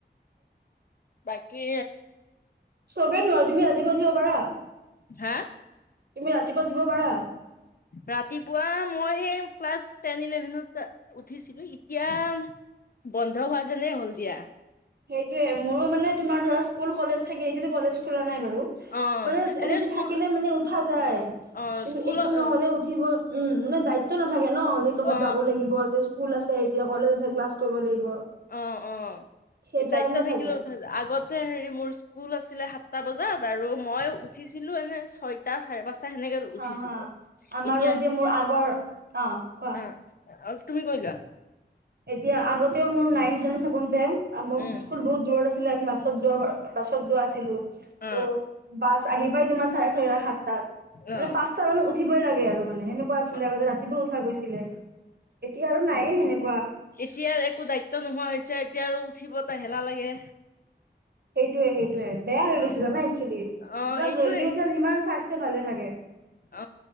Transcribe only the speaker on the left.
বাকী
হে?
ৰাতিপুৱা মই সেই ক্লাছ টেন ইলেভেনত উঠিছিলো, এতিয়া বন্ধ হোৱা যেনে হ'ল দিয়া।
অ
এনে
স্কুল
অ স্কুল
অ
অ
অ', অ',
দায়িত্ব থাকিলে
উঠা আগতে হেৰি মোৰ স্কুল আছিলে হাত টা বজাত আৰু মই উঠিছিলো এনে ছয়টা চাৰে পাঁচ সেনেকে
উঠিছিলো।
এতিয়া
আহ আৰু তুমি কৈ লোৱা?
উম
অ
অ
অ
এতিয়া একো দায়িত্ব নোহোৱা হৈছে, এতিয়া আৰু উঠিব এ হেলা লাগে।
অ
অ
এইটোয়ে
অ